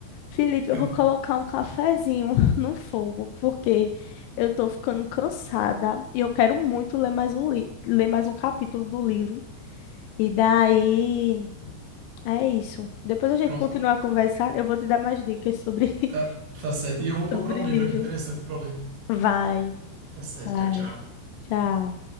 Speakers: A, on the left (about 85°); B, on the right (about 75°).
A: Felipe, eu
B: Eu,
A: vou colocar um cafezinho <laughs> no fogo, porque eu tô ficando cansada e eu quero muito ler mais um li ler mais um capítulo do livro. E daí É isso. Depois a gente
B: pronto,
A: continuar a conversar. Eu vou te dar mais dicas sobre, <laughs>
B: tá, tá certo. E eu vou procurar
A: sobre
B: um
A: livro.
B: livro aqui interessante para eu ler.
A: Vai,
B: Tá certo,
A: vai.
B: tchau, tchau.
A: Tchau.